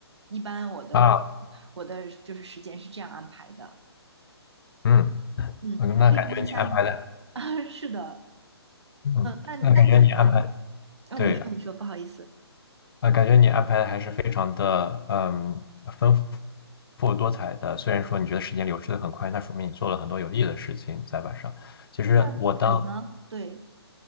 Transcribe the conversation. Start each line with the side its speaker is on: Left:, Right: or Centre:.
Right: 一般我的
Left: 啊，
Right: 我的就是时间是这样安排的。
Left: 嗯，
Right: 嗯，
Left: 嗯那感觉你安排的，
Right: 可以问一下你啊，<laughs> 是的，
Left: 嗯，
Right: 那那你呢？
Left: 那感觉你安排，
Right: 啊，
Left: 对，
Right: 你说你说，不好意思，
Left: 啊，感觉你安排的还是非常的，嗯，丰富。丰富多彩的，虽然说你觉得时间流逝的很快，那说明你做了很多有意义的事情在晚上。其实我当
Right: 那你呢？对。